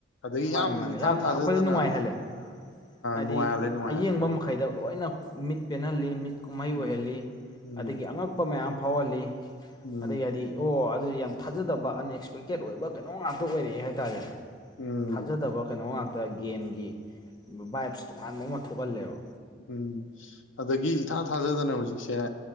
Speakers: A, on the left (about 75°); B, on the left (about 20°).
A: ꯑꯗꯒꯤ
B: ꯃꯥꯅꯤ
A: ꯌꯥꯝ
B: ꯃꯥꯅꯤ
A: ꯏꯊꯥ
B: ꯌꯥꯝꯅ
A: ꯊꯥꯖꯗꯅ
B: ꯑꯩꯈꯣꯏꯗ ꯅꯨꯡꯉꯥꯏꯍꯜꯂꯦ ꯍꯥꯏꯗꯤ
A: ꯅꯨꯡꯉꯥꯏꯍꯜꯂꯦ ꯅꯨꯡꯉꯥꯏꯍꯜꯂꯦ
B: ꯑꯌꯦꯡꯕ ꯃꯈꯩꯗ ꯂꯣꯏꯅ ꯃꯤꯠ ꯄꯦꯟꯍꯜꯂꯤ ꯃꯤꯠ ꯀꯨꯝꯍꯩ
A: ꯎꯝ
B: ꯑꯣꯏꯍꯜꯂꯤ
A: ꯎꯝ
B: ꯑꯗꯒꯤ ꯑꯉꯛ ꯑꯄ ꯃꯌꯥꯝ ꯐꯥꯎꯍꯜꯂꯤ
A: ꯎꯝ
B: ꯑꯗꯒꯤ ꯍꯥꯏꯗꯤ ꯑꯣ ꯑꯗꯨꯗꯤ ꯌꯥꯝ ꯊꯥꯖꯗꯕ ꯑꯟꯑꯁꯄꯦꯛꯇꯦꯠ ꯑꯣꯏꯕ ꯀꯩꯅꯣ ꯉꯥꯛꯇ ꯑꯣꯏꯔꯛꯑꯦ ꯍꯥꯏꯇꯥꯔꯦꯅꯦ
A: ꯎꯝ
B: ꯊꯥꯖꯗꯕ ꯀꯩꯅꯣ ꯉꯥꯛꯇ ꯒꯦꯝꯒꯤ ꯕꯥꯏꯞꯁ ꯇꯣꯉꯥꯟꯕ ꯑꯃ ꯊꯣꯛꯍꯜꯂꯦꯕ
A: ꯎꯝ ꯑꯗꯒꯤ ꯏꯊꯥ ꯊꯥꯖꯗꯅ ꯍꯧꯖꯤꯛꯁꯦ